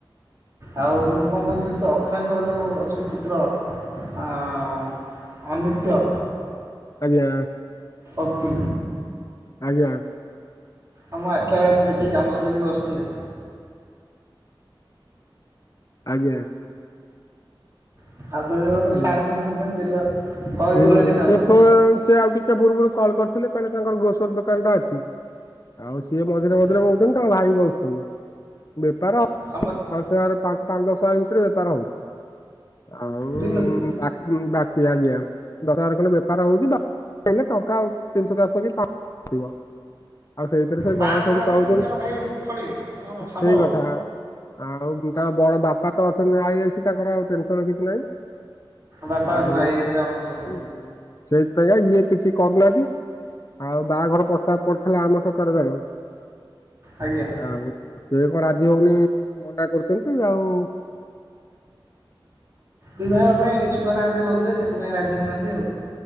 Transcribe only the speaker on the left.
ଆଜ୍ଞା।
ଆଜ୍ଞା।
ଆଜ୍ଞା।
ହୁଁ।
ହୁଁ
ସେ <unintelligible> ଆଉ ଟିକେ ପୂର୍ବରୁ କଲ୍ କରିଥିଲେ କହିଲେ ତାଙ୍କର ଗ୍ରୋସର ଦୋକାନ ଟା ଅଛି। ଆଉ ସିଏ ମଝିରେ
ମଝିରେ ବଉଛନ୍ତି ତାଙ୍କ ଭାଇ ବି ବସୁଛନ୍ତି ବେପାର
ପାଞ୍ଚ ହଜାର ପାଞ୍ଚ ପାଞ୍ଚ ଦଶ ହଜାର ଭିତରେ ବେପାର ହଉଛି। ଆଉ
ବା ହୁଁ ବାକି ଆଜ୍ଞା। ଦଶ ହଜାର ଖଣ୍ଡେ ବେପାର ହଉଛି ବାକି ହେଲେ ଟଙ୍କା ତିନିଶହ ଚାରିଶହ କି ପା ଥିବ ଆଉ ସେଇଥିରେ ସେ
ଘର ସେମିତି
ଚଳୁଉଛନ୍ତି
ସେଇ କଥା ଆଉ ତାଙ୍କ ବଡ ବାପା ତ ଅଛନ୍ତି ଆଇ ଅଛି ତାଙ୍କର ଆଉ ଟେନସନ କିଛି ନାହିଁ।
ଆଉ
ହୁଁ ସେଇ ସେଇଆ ଇଏ କିଛି କରୁନାହାନ୍ତି। ଆଉ ବାହାଘର ପ୍ରସ୍ତାବ ପଡିଥିଲା ଆମ ସେକରେ ଜଣେ
ଆଉ ସିଏ କଣ ରାଜି ହଉନି ମନା କରୁଛନ୍ତି ଆଉ